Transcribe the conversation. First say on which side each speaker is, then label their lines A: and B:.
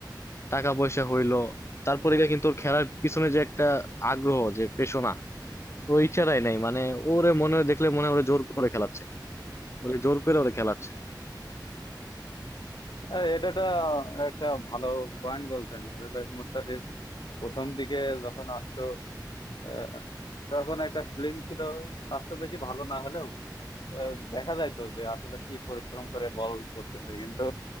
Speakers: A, on the left; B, on the left.
A: টাকা পয়সা হইলো তারপরে গিয়ে কিন্তু ওর খেলার পিছনে যে একটা আগ্রহ যে পেশনা ওই ইচ্ছাটাই নাই মানে ওরে মনে হয় দেখলে মনে হয় ওরে জোর করে খেলাচ্ছে ওরে জোর করে ওরে খেলাচ্ছে
B: আহ, এটা একটা একটা ভালো পয়েন্ট বলছেন আসলে মুস্তাফিজ প্রথম দিকে যখন আসতো আহ, তখন একটা ফিল্ম ছিল স্বাস্থ্য বেশি ভালো না হলেও আহ, দেখা যায় তো যে আসলে কি পরিশ্রম করে বল করতেছে কিন্তু